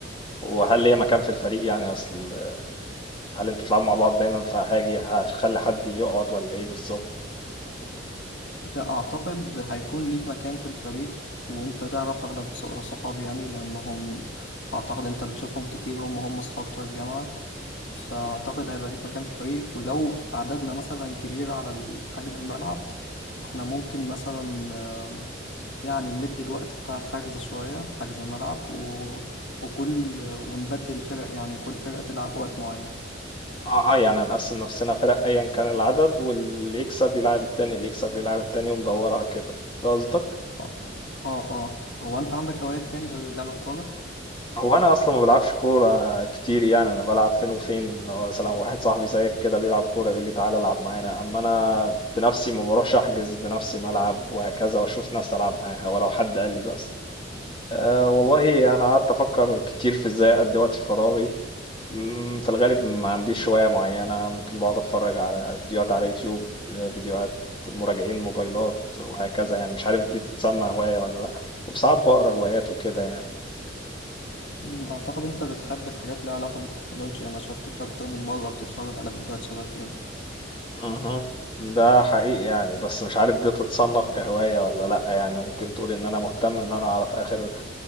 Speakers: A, on the left; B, on the left.
A: وهل ليا مكان في الفريق يعني اصل هل انتوا بتلعبوا مع بعض دايما فهاجي هخلي حد يقعد ولا ايه بالظبط
B: لا أعتقد هيكون ليك مكان في الفريق وأنت تعرف أغلب ص- صحابي يعني لأنهم أعتقد أنت بتشوفهم كتير هم هم صحاب بتوع الجامعة فأعتقد هيبقى ليك مكان في الفريق ولو عددنا مثلا كبير على ال- حجم الملعب إحنا ممكن مثلا آه، يعني نمد الوقت بتاع الحجز شوية حجز الملعب و... وكل ونبدل الفرق يعني كل فرقة تلعب وقت معين
A: اه يعني هنقسم نفسنا فرق ايا كان العدد واللي يكسب يلعب التاني اللي يكسب يلعب التاني وندورها كده ده قصدك
B: اه اه آه. هو أنت عندك هوايات تاني غير لعب الكورة؟
A: هو انا اصلا ما بلعبش كوره كتير يعني انا بلعب فين وفين لو مثلا واحد صاحبي زيك كده بيلعب كوره يقول لي تعالى العب معانا اما انا بنفسي ما بروحش احجز بنفسي ملعب وهكذا واشوف ناس العب معاها ولو حد قال لي بس أه والله انا قعدت افكر كتير في ازاي اقضي وقت فراغي مم، في الغالب ما عنديش هوايه معينه ممكن بقعد اتفرج على فيديوهات على يوتيوب آه، فيديوهات مراجعين موبايلات وهكذا يعني مش عارف دي تتسمى هوايه ولا لا وساعات بقرا روايات وكده يعني
B: أمم، أعتقد أنت بتحب الحاجات اللي لها علاقة بالتكنولوجيا أنا شفتك أكتر من مرة بتتفرج على فيديوهات شبه كده
A: اها ده حقيقي يعني بس مش عارف دي تتصنف كهواية ولا لأ يعني ممكن تقول إن أنا مهتم إن أنا أعرف آخر